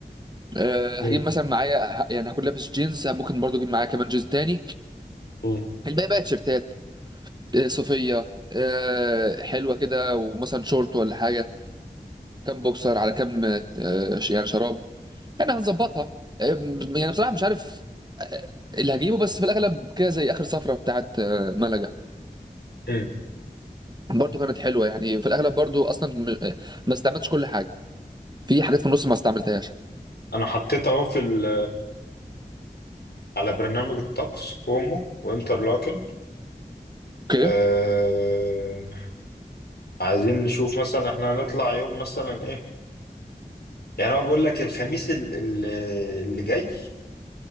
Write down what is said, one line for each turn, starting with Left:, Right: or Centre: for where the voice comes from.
Right: آه، هجيب
Left: مم.
Right: مثلا معايا ه- يعني هكون لابس جينز ممكن برضو اجيب معايا كمان جينز تاني
Left: مم.
Right: الباقي بقى تيشيرتات آه، صوفيه آه، حلوه كده ومثلا شورت ولا حاجه كام بوكسر على كام آه، ش- يعني شراب يعني هنظبطها آم، يعني بصراحه مش عارف آه، اللي هجيبه بس في الاغلب كده زي اخر سفره بتاعت آه، ملقا
Left: مم.
Right: برضو كانت حلوه يعني في الاغلب برضو اصلا م- ما استعملتش كل حاجه في حاجات في النص ما استعملتهاش
Left: انا حطيت اهو في ال على برنامج الطقس كومو وانترلاكن
Right: اوكي
Left: أه عايزين نشوف مثلا احنا هنطلع يوم مثلا ايه يعني هو بيقول لك الخميس ال- ال- اللي جاي